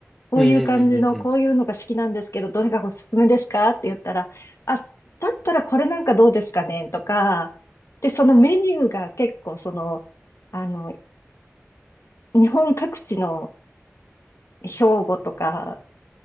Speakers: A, on the left; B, in the centre.
A: こういう感じの、
B: うんうんうんうんうん。
A: こういうのが好きなんですけど、どれがおすすめですかって言ったら、あ、だったらこれなんかどうですかねとか、で、そのメニューが結構、その、あの、日本各地の兵庫とか、